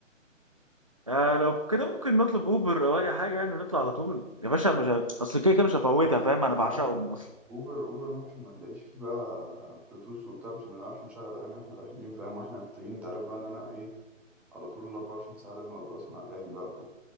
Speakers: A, on the right; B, in the centre.
A: آه لو كده ممكن نطلب أوبر أو أي حاجة يعني ونطلع على طول يا باشا مش ه- أصل كده كده مش هفوتها فاهم أنا
B: يا
A: بعشقهم
B: عم
A: أصلا
B: اوبر اوبر ممكن ما نلاقيش فيه بقى بلوتوث وبتاع مش هنعرفش نشغل اغاني واحنا رايحين فاهم واحنا محتاجين انت عارف بقى ان انا ايه على طول ال 24 ساعه لازم ابقى اسمع اغاني بقى وكده